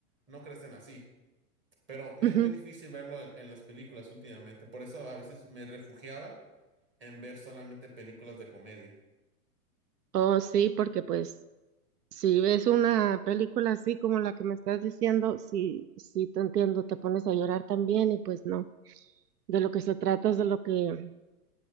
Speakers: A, on the right; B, on the right.
A: no crecen así. Pero me
B: Ujú.
A: es muy difícil verlo en, en las películas últimamente. Por eso a veces me refugiaba en ver solamente películas de comedia.
B: Oh, sí, porque pues si ves una película así como la que me estás diciendo, sí, sí, te entiendo, te pones a llorar también y pues no. De lo que se trata es de lo que